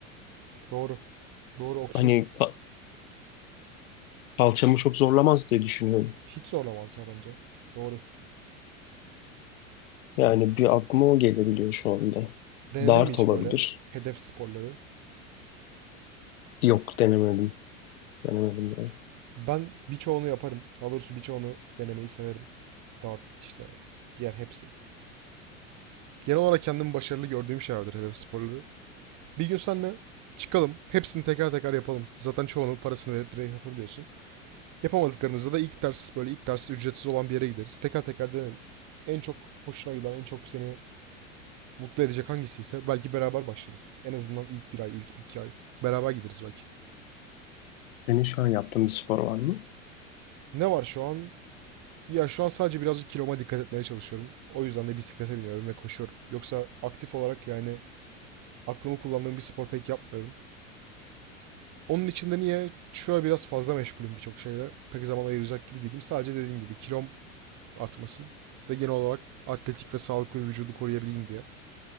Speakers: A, on the right; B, on the left.
A: Doğru. Doğru. Okçuluk
B: hani ka- kalçamı çok zorlamaz diye düşünüyorum.
A: hiç zorlamaz ya bence. Doğru.
B: Yani bir aklıma o gelebiliyor şu anda.
A: Denedin
B: Dart
A: mi hiç
B: olabilir.
A: böyle hedef sporları?
B: Yok denemedim. Denemedim yani.
A: Ben birçoğunu yaparım. Daha doğrusu birçoğunu denemeyi severim. Dart işte diğer hepsi. Genel olarak kendimi başarılı gördüğüm şeylerdir hedef sporları. Bir gün seninle çıkalım. Hepsini teker teker yapalım. Zaten çoğunun parasını verip direkt yapabiliyorsun. Yapamadıklarımızda da ilk ders böyle ilk ders ücretsiz olan bir yere gideriz. Teker teker deneriz. En çok hoşuna giden, en çok seni mutlu edecek hangisiyse belki beraber başlarız. En azından ilk bir ay, ilk iki ay. Beraber gideriz belki.
B: Senin şu an yaptığın bir spor var mı?
A: Ne var şu an? Ya şu an sadece birazcık kiloma dikkat etmeye çalışıyorum. O yüzden de bisiklete biniyorum ve koşuyorum. Yoksa aktif olarak yani aklımı kullandığım bir spor pek yapmıyorum. Onun için de niye şu an biraz fazla meşgulüm birçok şeyle. Pek zaman ayıracak gibi değilim. Sadece dediğim gibi kilom artmasın ve genel olarak atletik ve sağlıklı bir vücudu koruyabileyim diye.